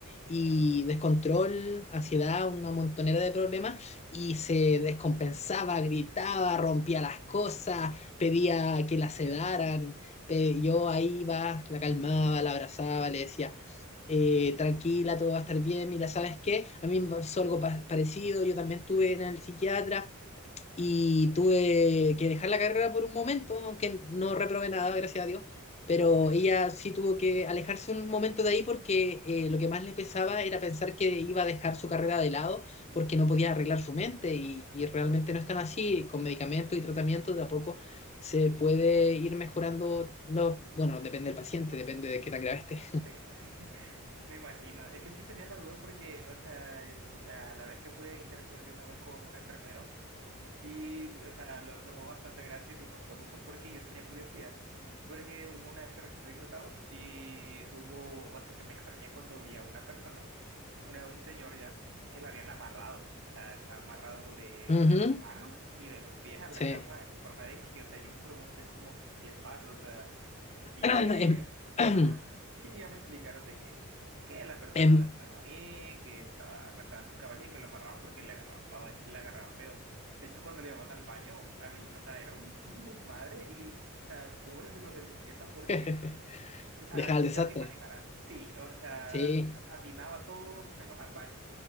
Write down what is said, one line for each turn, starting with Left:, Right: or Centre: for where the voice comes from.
Left: y
Right: ujú,
Left: descontrol, ansiedad, una montonera de problemas y se descompensaba, gritaba, rompía las cosas, pedía que la sedaran. pe- Yo ahí iba, la calmaba, la abrazaba, le decía, eh, tranquila, todo va a estar bien, mira, ¿sabes qué? A mí me pasó algo pa- parecido, yo también estuve en el psiquiatra y tuve que dejar la carrera por un momento, aunque no reprobé nada, gracias a Dios, pero
Right: sí,
Left: ella sí tuvo que alejarse un momento de ahí porque eh, lo que más le pesaba era pensar que iba a dejar su carrera de lado porque no podía arreglar su mente y, y realmente no es tan así, con medicamentos y tratamientos de a poco se puede ir mejorando los, bueno, depende del paciente, depende de qué tan grave esté.
Right: sí, sí. <laughs> Me imagino. Es que sí tenía la duda porque, o sea, el- a la vez que pude interactuar yo una vez con un enfermero, sí, o sea, lo tomó bastante gracia y me contó mucho porque yo tenía curiosidad. Porque hubo una época en la que estuve ingresado y hubo, o sea, yo me extrañé cuando vi a una persona. Era un señor ya que lo habían amarrado. O sea, está amarrado de,
Left: Ujú,
Right: de las manos y de los pies a la
Left: sí.
Right: cama en forma de X. O sea, yo me pregunté como que qué le pasa, o sea, qué
Left: <clears throat>
Right: tiene.
Left: Em, <clears throat>
Right: Ah, <laughs> Y ya me explicaron de que, que la persona
Left: em,
Right: no estaba bien, que estaba, no estaba en sus cabales y que lo amarraban porque le agarraba, le agarraba feo. De hecho, cuando le llevaban al baño, había, o sea, era un, un desmadre y, o sea, pobres de los de limpieza porque
Left: <laughs>
Right: o sea,
Left: Deja el desastre.
Right: ya te imaginarás. Sí, o sea,
Left: Sí.
Right: atinaba todo menos al baño.